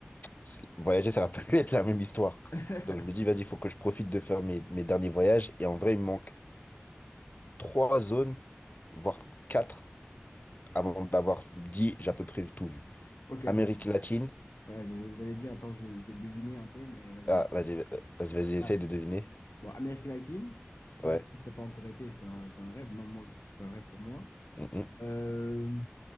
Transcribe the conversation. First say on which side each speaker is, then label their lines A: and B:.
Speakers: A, on the left; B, on the left.
A: c- voyager, ça va <laughs> plus être la même histoire.
B: <laughs>
A: Donc je me dis, vas-y, il faut que je profite de faire mes, mes derniers voyages. Et en vrai, il me manque trois zones, voire quatre, avant d'avoir dit, j'ai à peu près tout vu.
B: Ok, attends.
A: Amérique latine.
B: Ouais, j'allais dire, attends, je vais, je vais deviner un peu, mais vas-y,
A: Ah, vas-y, euh, vas-y, vas-y, essaye
B: vas-y.
A: de deviner.
B: Bon, American 19, ça,
A: Ouais.
B: je sais que t'as pas encore été, c'est un, c'est un rêve. Même moi aussi, c'est un rêve pour moi.
A: Mm, mm.
B: Euh,